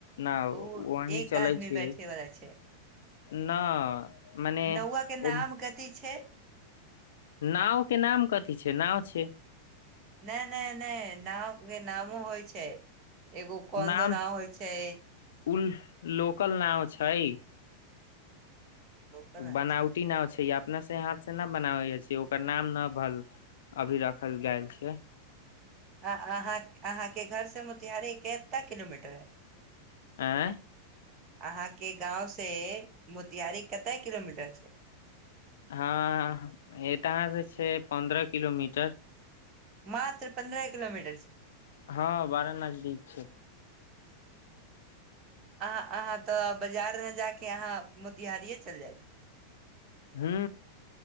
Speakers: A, on the left (about 60°); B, on the right (about 30°).
A: नाव
B: ओ
A: वही
B: एक
A: चलै
B: आदमी
A: छिय
B: बैठे वाला छै
A: न मने
B: नौआ के नाम
A: ओ
B: कथी छै
A: नाव के नाम कथी छै नााव छै
B: नय नय नय नाव नामो होइ छै एगो कोन्द
A: नाम
B: नाव होइ छै
A: उल लोकल नाव छै
B: कोना
A: बनावटी
B: छै
A: नाव छै यऽ। अपना सँ हाथसँ न बनाबै छ, ओकर नाम नऽ भऽ अभी रखल गेल छ।
B: अहाँ अहाँके घरसँ मोतिहारी कतेक किलोमीटर है?
A: आऑ
B: अहाँके गाँंवसे मोतियारी कतेक किलोमीटर छै?
A: हँ, एतऽ अहाँसँ पन्द्रह किलोमीटर छै।
B: मात्र पन्द्रह किलोमीटर छै।
A: हँ, बारा नजदीक छै।
B: अहाँ अहाँ तऽ बाजार नहि जाकऽ मोतिहारीए चलि जायब।
A: हू